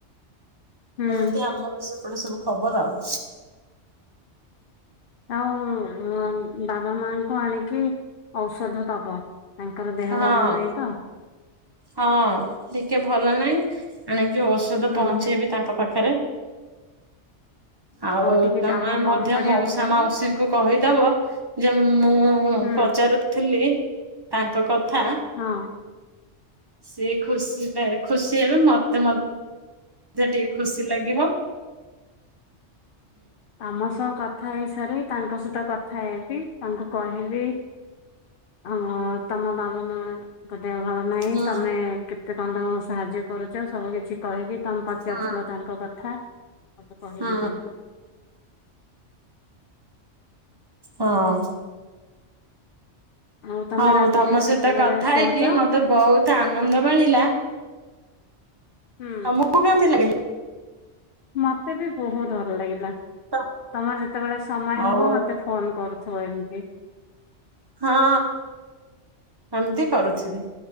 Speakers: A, on the left; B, on the right.
A: ହୁଁ।
B: ଏମିତି ଆମର ସେପଟେ ସବୁ ଖବର ଆଉ।
A: ଆଉ ବାବା ମାଆଙ୍କୁ ଆଣିକି ଔଷଧ ଦବ। ତାଙ୍କର ଦେହ
B: ହଁ
A: ଭଲ ନାହିଁ ତ।
B: ହଁ ଟିକେ ଭଲ ନାହିଁ। ଆଣିକି ଔଷଧ
A: ହୁଁ
B: ପହଞ୍ଚେଇବି ତାଙ୍କ ପାଖରେ। ଆଉ
A: ଟିକେ
B: ତମେ
A: କାମ କମ
B: ମଧ୍ୟ
A: କରିବାକୁ
B: ମାଉସା
A: ଦବ
B: ମାଉସୀଙ୍କୁ କହିଦବ ଯେ ମୁଁ
A: ହୁଁ
B: ପଚାରୁଥିଲି ତାଙ୍କ କଥା।
A: ହଁ।
B: ସିଏ ଖୁସି ଖୁସି ହେବେ। ମତେ ମ ଧ୍ୟ ଟିକେ ଖୁସି ଲାଗିବ।
A: ତମ ସହ କଥା ହେଇସାରି ତାଙ୍କ ସହିତ କଥା ହେବି। ତାଙ୍କୁ କହିବି ଓ ହଁ ତମ ବାବା ମା ଦେହ ଭଲ ନାହିଁ।
B: ହଁ।
A: ତମେ କେତେ କଣ ତାଙ୍କୁ ସାହାଯ୍ୟ କରୁଚ। ସବୁ କିଛି କହିବି। ତମେ ପଚାରୁଥିଲ
B: ହଁ
A: ତାଙ୍କ କଥା, ସବୁ କହିବି
B: ହଁ
A: ତାଙ୍କୁ।
B: ହଁ।
A: ଆଉ ତମେ
B: ହଉ
A: ରାତିରେ
B: ତମ ସହିତ
A: କେତେବେଳେ
B: କଥା
A: ଶୋଉଛ
B: ହେଇକି ମତେ ବହୁତ ଆନନ୍ଦ ମିଳିଲା।
A: ହୁଁ।
B: <unintelligible>
A: ମୋତେ ବି ବହୁତ୍ ଭଲ ଲାଗିଲା।
B: ତ
A: ତମର ଯେତେବେଳେ ସମୟ
B: ହଉ
A: ହବ ମତେ ଫୋନ୍ କରୁଥିବ ଏମତି।
B: ହଁ ଏମତି କରୁଥିବି।